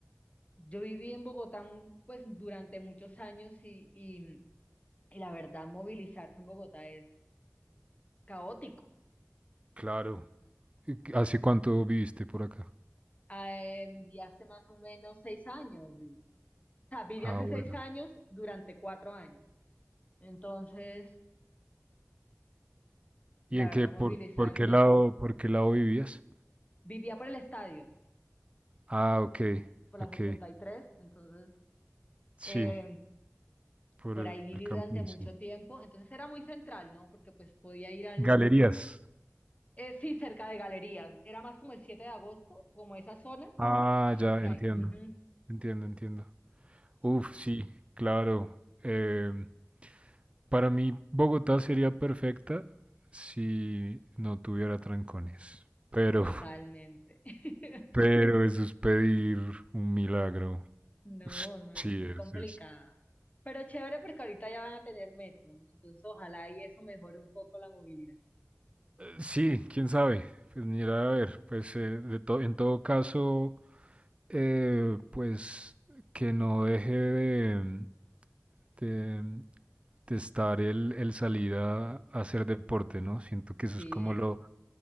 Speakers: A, on the left; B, on the right.
A: yo viví en Bogotá mm, pues durante muchos años y, y Y la verdad, movilizarse en Bogotá es caótico.
B: Claro, ¿Y qué- ¿Hace cuánto viviste por acá?
A: Eh, viví hace más o menos seis años. vi- O sea, viví
B: Ah,
A: hace
B: bueno.
A: seis años durante cuatro años. Entonces, la
B: ¿Y en
A: verdad,
B: qué, por,
A: movilizarse.
B: por qué lado, por qué lado vivías?
A: Vivía por el estadio,
B: Ah, ok,
A: por la
B: ok.
A: sesenta y tres Entonces,
B: Sí,
A: eh,
B: por
A: por
B: el,
A: ahí viví
B: el camping,
A: durante mucho
B: sí.
A: tiempo. Entonces, era muy central, ¿no? Porque pues podía ir al...
B: Galerías.
A: eh, sí, cerca de galerías. Era más como el siete de agosto, como esa zona.
B: Ah,
A: Ah,
B: ya,
A: por
B: entiendo.
A: ahí. Ujú,
B: Entiendo, entiendo.
A: Sí,
B: Uf, sí, claro. Em, para mí, Bogotá sería perfecta si no tuviera trancones. Pero,
A: totalmente.
B: <laughs>
A: <laughs>
B: pero eso es pedir un milagro.
A: No,
B: <laughs>
A: no es,
B: Sí,
A: es
B: es,
A: complicada.
B: es-
A: Pero chévere porque ahorita ya van a tener metro, ¿no? Entonces ojalá y eso mejore un poco la movilidad.
B: Sí, quién sabe. Pues mira, a ver, pues eh, de to- en todo caso, eh, pues que no deje de, de- de estar el, el salir a, a hacer deporte, ¿no? Siento que eso
A: Sí,
B: es como lo,